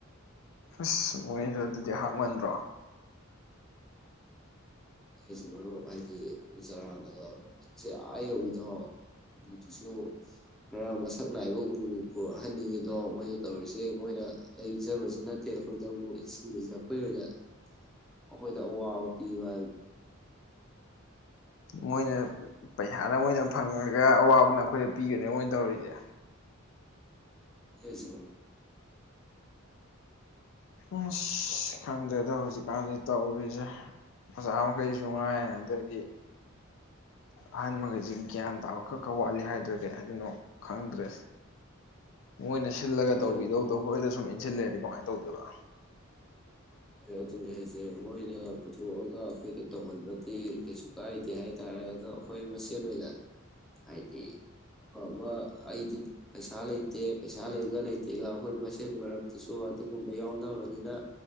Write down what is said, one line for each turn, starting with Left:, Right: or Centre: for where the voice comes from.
Left: ꯑꯁ ꯃꯣꯏꯁꯨ ꯑꯗꯨꯗꯤ ꯍꯥꯞꯃꯟꯗ꯭ꯔꯣ
Centre: ꯖꯤ ꯃꯔꯨꯞ ꯍꯥꯏꯗꯤ ꯎ ꯆꯔꯥꯅꯁꯦ ꯑ ꯌꯧꯏꯗꯣ ꯑꯗꯨꯗꯨꯁꯨ ꯈꯔ ꯃꯁꯛ ꯅꯥꯏꯕ ꯎ ꯄꯨꯔꯛꯍꯟꯅꯤꯡꯉꯤꯗꯣ ꯃꯣꯏꯅ ꯇꯧꯔꯤꯁꯦ ꯃꯣꯏꯅ ꯂꯩꯖꯕꯁꯨ ꯅꯠꯇꯦ ꯑꯩꯈꯣꯏꯗ ꯑꯃꯨꯛ ꯏꯁꯤꯡꯗꯨꯁꯨ ꯑꯩꯈꯣꯏ ꯑꯣꯏꯅ ꯈꯣꯏꯗ ꯑꯣ ꯊꯤ ꯋꯥ
Left: ꯃꯣꯏꯅ ꯄꯩꯁꯥꯅ ꯃꯣꯏꯅ ꯐꯪꯉꯒ ꯑꯋꯥꯕꯅ ꯑꯩꯈꯣꯏꯗ ꯄꯤꯒꯅꯦ ꯃꯣꯏꯅ ꯇꯧꯔꯤꯁꯦ
Centre: ꯀꯁꯨ
Left: ꯑꯁ ꯈꯪꯗꯦꯗ ꯍꯧꯖꯤꯛꯀꯥꯟꯗꯤ ꯇꯧꯔꯤꯁꯦ ꯑꯣꯆꯥ ꯃꯈꯩꯁꯨ ꯉꯥꯏ ꯑꯗꯒꯤ ꯑꯍꯟ ꯃꯈꯈꯩꯁꯤ ꯒ꯭ꯌꯥꯟ ꯇꯥꯕ ꯈꯔ ꯈꯔ ꯋꯥꯠꯂꯤ ꯍꯥꯏꯗ꯭ꯔꯥ ꯀꯩ ꯍꯥꯏꯗꯣꯏꯅꯣ ꯈꯪꯗ꯭ꯔꯦꯁ ꯃꯣꯏꯅ ꯁꯤꯜꯂꯒ
Centre: ꯍꯣꯏ
Left: ꯇꯧꯕꯤꯗꯧꯗ ꯑꯩ ꯈꯈꯣꯏꯗ ꯁꯨꯝ ꯏꯟꯁꯤꯜꯂꯦꯔꯗꯤ ꯀꯃꯥꯏꯅ ꯇꯧꯗꯦꯕ
Centre: ꯑꯗꯨꯅꯤ ꯑꯩꯁꯦ ꯃꯣꯏꯅ ꯄꯨꯊꯣꯛꯑꯒ ꯑꯩꯈꯣꯏꯗ ꯇꯧꯍꯟꯕꯗꯤ ꯀꯩꯁꯨ ꯀꯥꯏꯗꯦ ꯍꯥꯏꯇꯥꯔꯦ ꯑꯗꯣ ꯑꯩꯈꯣꯏ ꯃꯁꯦꯟ ꯑꯣꯏꯅ ꯍꯥꯏꯗꯤ ꯑꯐꯕ ꯑꯩꯗꯤ ꯄꯩꯁꯥ ꯂꯩꯇꯦ ꯄꯩꯁꯥ ꯂꯩꯒ ꯂꯩꯇꯦꯒ ꯑꯩꯈꯣꯏ ꯃꯁꯦꯟ ꯃꯔꯛꯇꯨꯁꯨ ꯑꯗꯨꯒꯨꯝꯕ ꯌꯥꯎꯅꯕꯅꯤꯅ